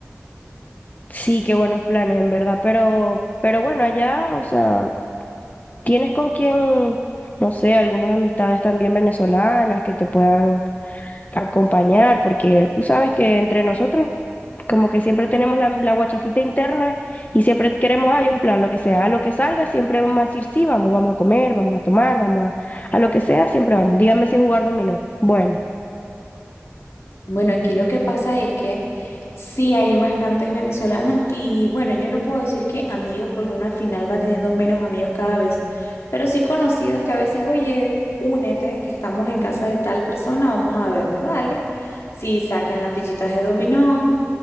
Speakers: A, on the left; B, on the left.
A: Sí, qué buenos planes, en verdad. Pero, pero bueno, allá, o sea, tienes con quién, no sé, algunas amistades también venezolanas que te puedan acompañar, porque tú sabes que entre nosotros Como que siempre tenemos la, la guachafita interna y siempre queremos, hay un plan, lo que sea, a lo que salga, siempre vamos a decir sí, vamos, vamos a comer, vamos a tomar, vamos a, a lo que sea, siempre vamos. Dígame si es jugar dominó. Bueno,
B: Bueno, aquí lo que pasa es que sí hay bastantes venezolanos y bueno, yo no puedo decir que amigos porque uno al final va teniendo menos amigos cada vez, pero sí conocidos que a veces, oye, únete, que estamos en casa de tal persona, vamos a vernos, dale. Si sacan las fichitas de dominó,